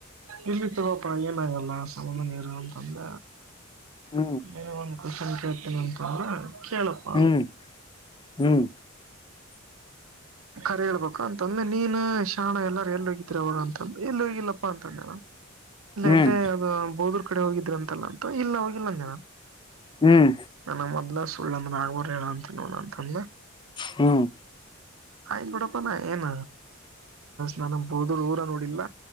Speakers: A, on the right; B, on the left.
A: ಇಲ್ಲಿತ್ತುವಪ್ಪ ಏನಾಗಲ್ಲ ಸಾಮ ನೀರು ಅಂತಂದ
B: ಹ್ಮ್
A: ನೀ ಒಂದ ಕೊಸನ್ ಕೆಲತಿನಿಅಂತಂದ್ರ ಕೆಳಪ್ಪ
B: ಹ್ಮ್ ಹ್ಮ್ <inaudible>
A: ಕರಿ ಹೇಳ್ಬೇಕಾ ಅಂತಂದ್ರೆ ನೀನ್ ಶಾಣ ಎಲ್ಲಾರ ಎಲ್ಲಿ ಹೋಗಿದ್ರ ಅವಾಗ ಅಂತಂದ್ರೆ ಎಲ್ಲಿ ಹೋಗಿಲ್ಲಪ್ಪಾ ಅಂತಂದೆ ಇಲ್ಲ
B: ಹ್ಮ್
A: ಎಲ್ಲೇ ಅದು ಬೋದೂರ್ ಕಡೆ ಹೋಗಿದರು ಅಂತಲ್ಲ ಅಂತ ಇಲ್ಲ ಹೋಗಿಲ್ಲಂದೆ ನಾನು
B: ಹ್ಮ್
A: ನನ್ನ ಮೊದ್ಲ ಸುಳ್ಳಂದ್ರ ಆಾಗಬರ್ ಹೇಳಂತ ನೋಡಂತಂದ
B: ಹ್ಮ್
A: ಆಯ್್ ನೋಡಪ್ಪಾನ ಏನ ನಾನ ಬೋದರು ಊರ ನೋ ಇಲ್ಲ